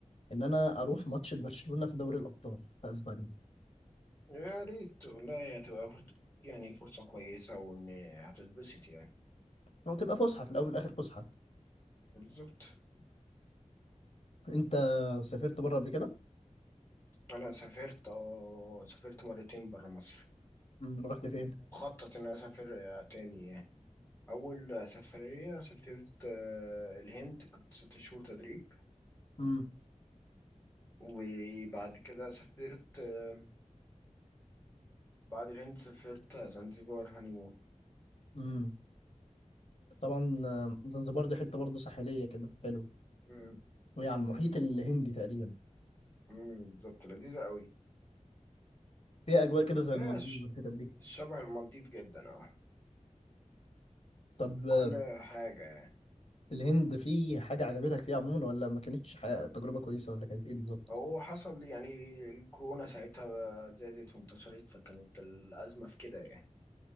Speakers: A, on the left (about 50°); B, on the left (about 15°).
A: ان انا اروح ماتش برشلونة في دوري الابطال في اسبانيا
B: يا ريت والله هتبقى فرصة يعني فرصه كويسه وان هتتبسط يعني
A: هو تبقى فسحه في الاول والاخر فسحه
B: بالظبط
A: انت سافرت بره قبل كده
B: انا سافرت اه سافرت مرتين بره مصر
A: امم رحت فين
B: مخطط ان انا اسافر تاني يعني اول سفريه سافرت آه، الهند كنت ست شهور تدريب
A: امم
B: وبعد كده سافرت آه، بعد الهند سافرت زنزبار هانيمون
A: امم طبعا آه، زنزبار دي حته برضه ساحليه كده حلو
B: امم
A: وهي على المحيط الهندي تقريبا
B: امم بالظبط لذيذة قوي
A: فيها اجواء كده زي
B: هي
A: المالديف
B: ش-
A: والحتت دي
B: شبه المالديف جدا اه
A: طب
B: في
A: آه،
B: كل حاجة يعني
A: الهند في حاجه عجبتك فيها عموما ولا ما كانتش حاجة- تجربه كويسه ولا كانت ايه بالظبط
B: هو حصل لي يعني الكورونا ساعتها زادت وانتشرت فكانت الأزمة في كده يعني